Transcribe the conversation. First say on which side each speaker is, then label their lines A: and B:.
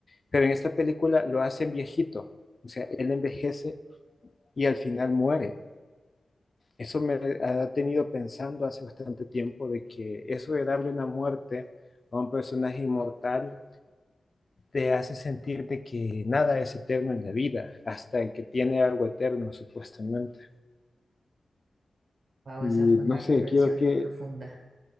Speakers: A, on the left; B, on the right.
A: Pero en esta película lo hacen viejito, o sea, él envejece y al final muere. Eso me ha tenido pensando hace bastante tiempo de que eso de darle una muerte a un personaje inmortal te hace sentir de que nada es eterno en la vida, hasta el que tiene algo eterno, supuestamente.
B: Wow,
A: Y
B: esa fue una
A: no sé,
B: reflexión
A: quiero que
B: bien profunda.